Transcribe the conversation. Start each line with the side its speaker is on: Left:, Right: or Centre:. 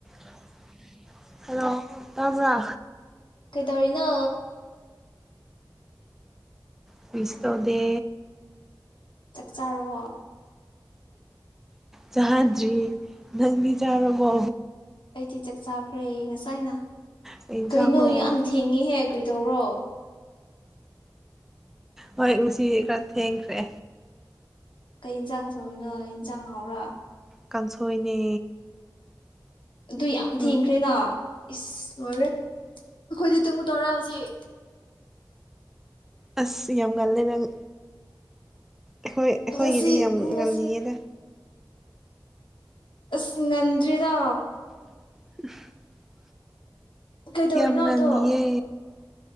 Centre: <inaudible> Hello ꯇꯕ꯭ꯔ
Left: ꯀꯩꯗꯧꯔꯤꯅꯣ
Centre: ꯀ꯭ꯔꯤꯁꯨ ꯇꯧꯗꯦ
Left: ꯆꯥꯛ ꯆꯥꯔꯕꯣ
Centre: ꯆꯥꯗ꯭ꯔꯤ ꯅꯪꯗꯤ ꯆꯥꯔꯕꯣ
Left: ꯑꯩꯗꯤ ꯆꯥꯛ ꯆꯥꯈ꯭ꯔꯦ ꯉꯁꯥꯏꯅ
Centre: ꯀꯩ ꯏꯟꯁꯥꯡꯅꯣ
Left: ꯀꯩꯅꯣ ꯌꯥꯝ ꯊꯦꯡꯉꯤꯍꯦ ꯀꯩꯗꯧꯔꯣ
Centre: ꯍꯣꯏ ꯉꯁꯤ ꯈꯔ ꯊꯦꯡꯈ꯭ꯔꯦ
Left: ꯀꯩ ꯌꯦꯟꯁꯥꯡ ꯊꯣꯡꯏꯅꯣ ꯏꯟꯖꯥꯡ ꯍꯥꯎꯕꯔꯥ
Centre: ꯀꯥꯡꯁꯣꯏꯅꯦ
Left: ꯑꯗꯨ ꯌꯥꯝ
Centre: ꯎꯝ
Left: ꯊꯦꯡꯈ꯭ꯔꯦꯅ ꯏꯁ ꯂꯣꯏꯔꯦ ꯑꯩꯈꯣꯏꯗꯤ ꯇꯨꯝꯒꯗꯧꯔꯦ ꯍꯧꯖꯤꯛ
Centre: ꯑꯁ ꯌꯥꯝ ꯉꯜꯂꯦ ꯅꯪ ꯑꯩꯈꯣꯏ ꯑꯩꯈꯣꯏꯒꯤꯗꯤ
Left: ꯉꯁꯤ
Centre: ꯌꯥꯝ
Left: ꯉꯁꯤ
Centre: ꯉꯜꯂꯤꯌꯦꯗ
Left: ꯑꯁ ꯉꯟꯗꯔ꯭ꯦꯗꯥ
Centre: <unintelligible>
Left: ꯀꯩꯗꯧꯔꯤꯅꯣ
Centre: ꯌꯥꯝ ꯉꯜꯂꯤꯌꯦ
Left: ꯑꯗꯣ